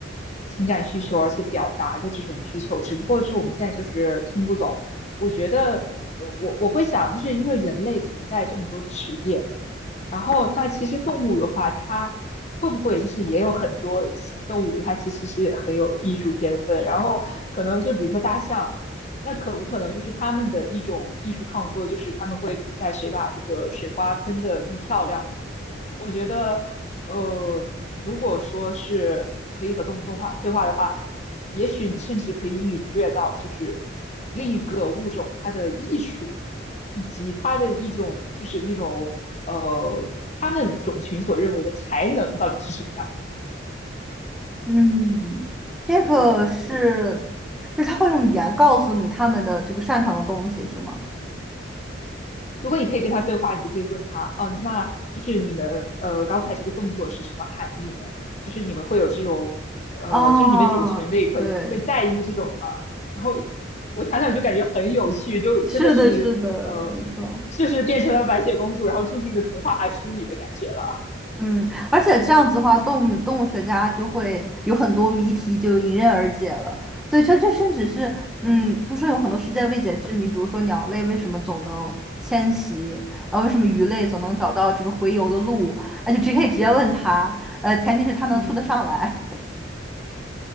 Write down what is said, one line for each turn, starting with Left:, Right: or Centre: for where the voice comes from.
Left: 情感需求，而且表达的这种需求，只不过是我们现在就是听不懂。我觉得，呃，我我会想，就是因为人类存在这么多职业。然后，那其实动物的话，它会不会就是也有很多动物，它其实是很有艺术天分。然后，可能就比如说大象，那可不可能就是他们的一种艺术创作，就是他们会比赛谁把这个水花喷得更漂亮呢？我觉得，呃，如果说是可以和动物动画对话的话，也许你甚至可以领略到，就是另一个物种它的艺术，以及它的一种就是那种呃，他们种群所认为的才能到底是什么样。
Centre: 嗯，这个是，
Left: 对，我。
Centre: 就是他会用语言告诉你他们的这个擅长的东西，是吗？
Left: 如果你可以跟他对话，你就可以问他，嗯、呃那就是你们呃刚才这个动作是什么含义呢？就是你们会有这种呃，
Centre: 啊，
Left: 就是你们种群类会会在意这种吗？
Centre: 对，
Left: 然后我想想就感觉很有趣，就真的是呃，
Centre: 是的，是的，没错。
Left: 就是变成了白雪公主，然后住进一个童话书里的感觉了。
Centre: 嗯，而且这样子的话，动物动物学家就会有很多谜题就迎刃而解了。对，这这甚至是，
Left: 嗯
Centre: 嗯，不是说有很多世界未解之谜，比如说鸟类为什么总能迁徙，然后为什么鱼类总能找到这个洄游的路，
Left: 嗯
Centre: 那就直接可以直接问他，呃，前提是他能说得上来。
Left: 嗯，